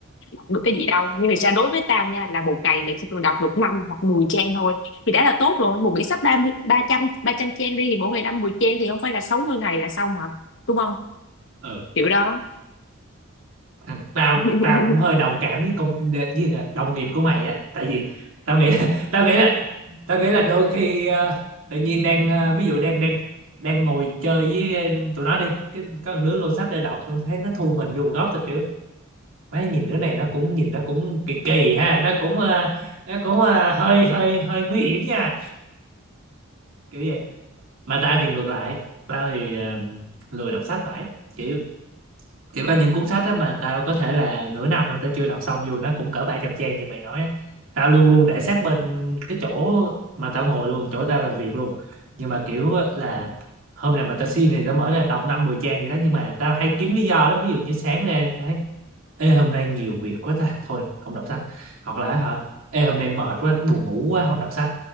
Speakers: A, on the left; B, on the right.
A: đọc được cái gì đâu nhưng mà sao đối với tao nha là một ngày mày chỉ cần đọc được năm hoặc 10 trang thôi thì đã là tốt rồi một quyển sách ba mươi ba trăm ba trăm trang đi thì mỗi ngày năm mười trang thì không phải là 60 ngày là xong hả đúng không
B: ừ
A: kiểu đó
B: Thằng- tao
A: <laughs>
B: tao cũng hơi đồng cảm với công với đồng nghiệp của mày á tại vì tao nghĩ <laughs> tao nghĩ là tao nghĩ là đôi khi ờ, tự nhiên đang ờ, ví dụ đang đang đang ngồi chơi với ờ, tụi nó đi cái có một đứa lô sách để đọc tôi thấy nó thu mình vô một góc tao kiểu mấy nhìn đứa này nó cũng nhìn nó cũng kỳ kỳ ha nó cũng ờ, nó cũng ờ, hơi hơi hơi nguy hiểm nha kiểu vậy mà tao thì ngược lại tao thì ờ, lười đọc sách phải kiểu kiểu có những cuốn sách á mà tao có thể là nửa năm rồi tao chưa đọc xong dù nó cũng cỡ 700 trang như mày nói á tao luôn luôn để sát bên cái chỗ mà tao ngồi luôn chỗ tao làm việc luôn nhưng mà kiểu á là hôm nào mà tao siêng thì tao mở ra đọc năm 10 trang gì đó nhưng mà tao hay kiếm lý do lắm ví dụ như sáng ra tao thấy ê hôm nay nhiều việc quá ta thôi không đọc sách hoặc là hả ê hôm nay mệt quá buồn ngủ quá không đọc sách